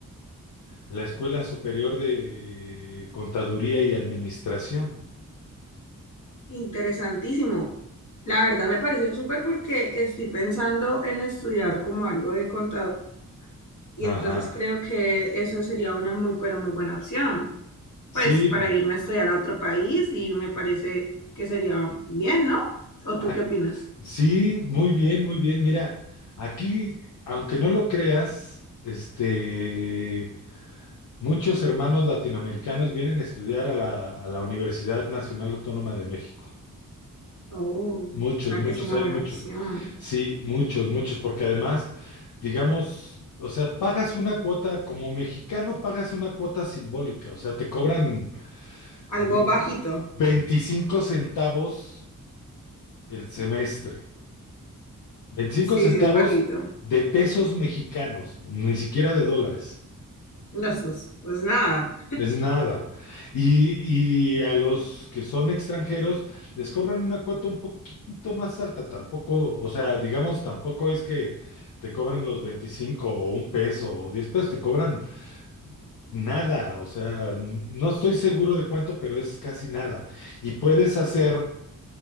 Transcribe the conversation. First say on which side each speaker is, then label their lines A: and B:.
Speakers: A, on the left; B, on the left.
A: la Escuela Superior de Contaduría y Administración.
B: Interesantísimo. La verdad me pareció súper porque estoy pensando en estudiar como algo de contador y entonces
A: Ajá.
B: creo que eso sería una muy, pero muy buena opción.
A: Sí,
B: Pues para irme a estudiar a otro país y me parece que sería bien, ¿no? ¿O
A: ac-
B: tú qué opinas?
A: sí, muy bien, muy bien. Mira, aquí, aunque no lo creas, este, muchos hermanos latinoamericanos vienen a estudiar a la, a la Universidad Nacional Autónoma de México.
B: Oh, o
A: Muchos,
B: sea
A: muchos,
B: que es una
A: hay
B: buena
A: muchos.
B: opción.
A: Sí, muchos, muchos, porque además, digamos, o sea, pagas una cuota, como mexicano pagas una cuota simbólica, o sea, te cobran vein-
B: Algo bajito.
A: 25 centavos el semestre, 25
B: Sí,
A: centavos
B: sí, es bajito.
A: de pesos mexicanos, ni siquiera de dólares.
B: No, eso es, pues nada.
A: Es nada. Y, y a los que son extranjeros les cobran una cuota un poquitito más alta. Tampoco, o sea, digamos, tampoco es que te cobren los 25 o un peso o 10 pesos, te cobran nada. O sea, n- no estoy seguro de cuánto, pero es casi nada. Y puedes hacer,